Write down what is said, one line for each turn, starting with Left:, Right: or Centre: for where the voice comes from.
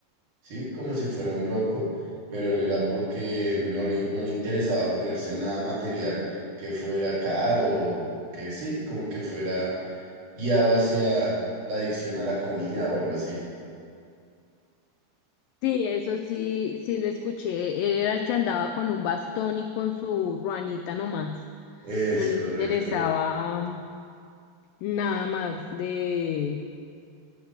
Right: ¿sí? Como si fuera un loco, pero él era porque no le, no le interesaba ponerse nada material que fuera caro, o que sí, como que fuera guiado hacia la adicción a la comida o algo así.
Left: Sí, eso sí, sí lo escuché. Era el que andaba con un bastón y con su ruanita nomás.
Right: Es
Left: No le
Right: correcto.
Left: interesaba nada más de,